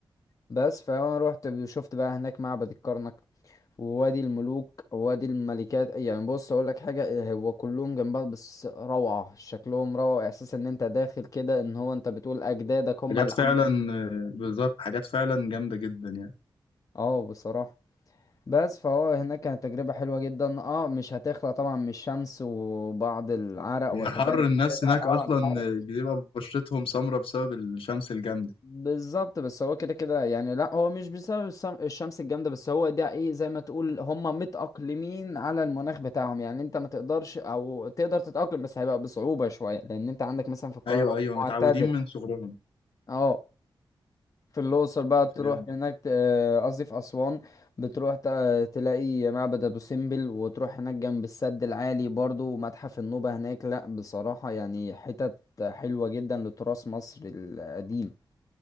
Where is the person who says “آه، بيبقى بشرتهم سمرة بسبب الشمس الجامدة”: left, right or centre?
Left